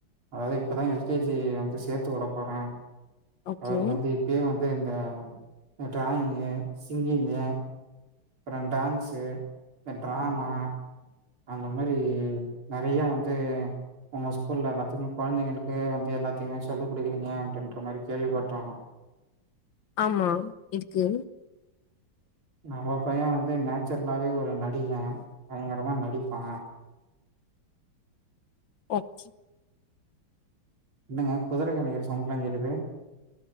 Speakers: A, on the right (about 85°); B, on the left (about 70°).
A: அதாவது இப்பதான் எல் கே ஜி வந்து சேர்த்து விட போற
B: ஓகே
A: அவருக்கு வந்து இப்பயே வந்து இந்த டிராயிங்கு சிங்கிங்கு அப்பறோ டான்ஸு இந்த டிராமா அந்த மாரி நறைய வந்து உங்க ஸ்கூல்ல எல்லாத்துக்குமே கொழந்தைங்களுக்கு வந்து எல்லாத்தையுமே சொல்லி கொடுக்குறீங்க அப்டின்ற மாரி கேள்விப்பட்டோம்
B: ஆமா இருக்கு
A: நம்ம பையன் வந்து நேச்சுரலாவே ஒரு நடிகன் பயங்கரமா நடிப்பான்
B: ஓகே
A: என்னங்க குதிரை கணைக்கும் சவுண்ட்ல்லாம் கேக்குது